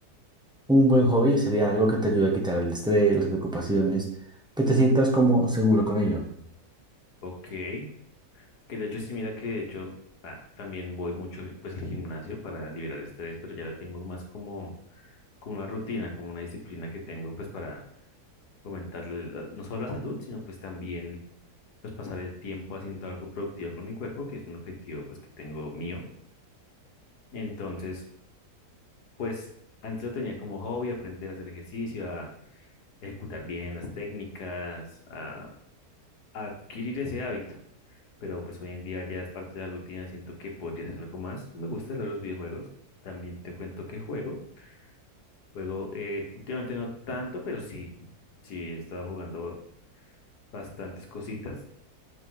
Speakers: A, in the centre; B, on the left.
A: un buen hobby sería algo que te ayude a quitar el estrés, las preocupaciones, que te sientas como seguro con ello.
B: Ok, que de hecho sí, mira que de hecho ah, también voy mucho pues al gimnasio para liberar estrés, pero ya la tengo más como, como una rutina, como una disciplina que tengo pues para fomentarle la- no solo la salud, sino pues también pues pasar el tiempo haciendo algo productivo con mi cuerpo, que es un objetivo pues que tengo mío. Entonces, pues antes lo tenía como hobby, aprender a hacer ejercicio, a ejecutar bien las técnicas, a, a adquirir ese hábito. Pero pues hoy en día ya es parte de la rutina, siento que podría hacer algo más. Me gusta leer los videojuegos. También te cuento que juego. Juego eh, últimamente no tanto, pero sí, sí he estado jugando bastantes cositas.